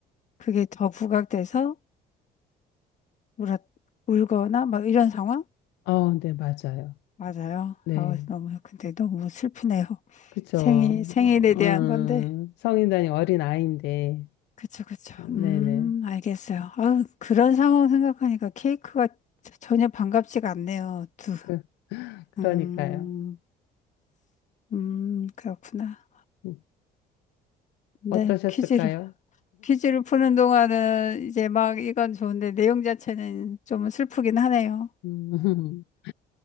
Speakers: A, on the left; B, on the left.
A: 그게 더 부각돼서 울었, 울거나 막 이런 상황?
B: 아, 네, 맞아요.
A: 맞아요.
B: 네,
A: 아, 너무, 근데 너무 슬프네요.
B: 그쵸.
A: 생일,
B: 어,
A: 생일에
B: 어,
A: 대한 건데.
B: 성인단이 어린 아이인데,
A: 그쵸, 그쵸.
B: 어, 네네.
A: 음, 알겠어요. 아, 그런 상황 생각하니까 케이크가 저- 전혀 반갑지가 않네요. 두,
B: 그, 그러니까요.
A: 음, 음, 그렇구나.
B: 음,
A: 네,
B: 어떠셨을까요?
A: 퀴즈를. 퀴즈를 푸는 동안은 이제 막 이건 좋은데 내용 자체는 좀 슬프긴 하네요.
B: 음, <laughs>